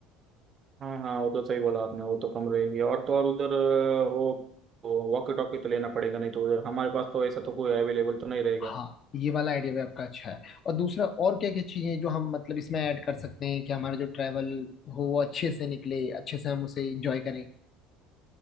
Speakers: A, on the right (about 35°); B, on the left (about 40°).
A: हाँ हाँ वो तो सही बोला आपने वो तो कम रहेगी और तो और उधर अ, वो वॉकी टॉकी तो लेना पड़ेगा नहीं तो उधर हमारे पास तो ऐसा तो कोई अवेलेबल तो नहीं रहेगा
B: हाँ ये वाला आइडिया भी आपका अच्छा है और दूसरा और क्या क्या चीजें जो हम मतलब इसमें ऐड कर सकते हैं कि हमारा जो ट्रैवल हो वो अच्छे से निकले अच्छे से हम उसे एंजॉय करें